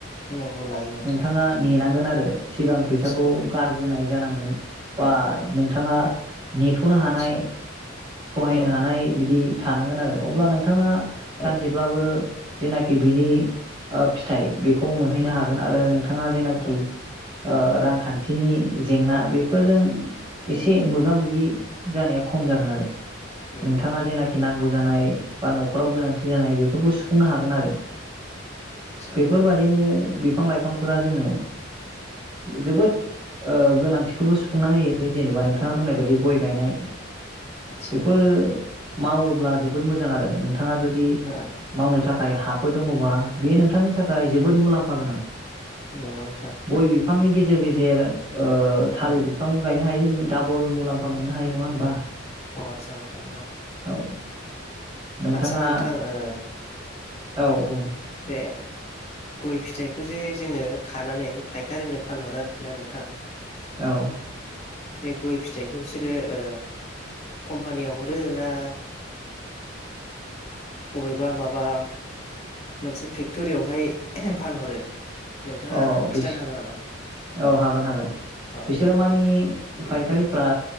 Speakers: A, on the left; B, on the right.
A: नंगौ लायो नोंथां
B: नोंथाङा नेनांगोन आरो ओ सिगां फैसाखौ
A: आदसा
B: गारग्रोनाय जानांगोन बा
A: औ
B: नोंथाङा नेथ'नो हानाय
A: आदसा
B: सहायनो
A: औ
B: हानाय बि दि थानांगोन आरो अब्ला नोंथाङा सानसेब्लाबो
A: औ
B: जेनाखि बिनि ओ फिथाइ बेखौ मोनहैनो हागोन आरो नोंथां ङा जेनाखि
A: औ
B: ओ रांखान्थिनि जेंना बेफोरजों एसे मोगा मोगि जानाया खम जागोन आरो
A: नंगौ
B: नोंथाङा
A: नोंथां
B: जेनाखि नांगौ जानाय
A: उम
B: बा न'खराव
A: उम
B: गोनांथि जानाय नाय बेफोरखौ सुफुंनो हागोन आरो
A: आदसा
B: बेफोरबादिनो बिफां लाइफांफोरा जोंनो जोबोद ओ गोनांथिखोबो सुफुंना होयो बे जेनेबा नोंथाङा
A: उम
B: बुंनाय बायदि गय गायनाय
A: आदसा
B: बेफोरो मावोब्ला जोबोद मोजां आरो नोंथा थाङा जुदि
A: औ
B: मावनो थाखाय हाब फोर दङबा बेयो नोंथांनि थाखाय जोबोद मुलाम्फा गोनां
A: नंगौ नोंथां।
B: गय बिफांनि गेजेर गेजेर ओ थालिर
A: औ
B: बिफांबो गायनो हायो जों। डाबल मुलाम्फा मोननो हायो नङा होमबा?
A: अ आदसा नोंथां नंगौ।
B: औ। नोंथाङा
A: आदसा नोंथां ओ
B: औ बुं
A: बे गय फिथाइखौ जे जोङो खानानै फाइखारिनो फानहरो आरोखि ना नोंथां।
B: औ।
A: बे गय फिथाइखौ बिसोरो ओ कम्पानियाव हरो ना बबेबा माबा मोनसे फेक्टरियावहाय फानहरो? नोंथाङा
B: औ बिस
A: खिथानो हागोन नामा?
B: औ हागोन। हागोन
A: औ
B: बिसोरो मानि फायखारिफोरा
A: उम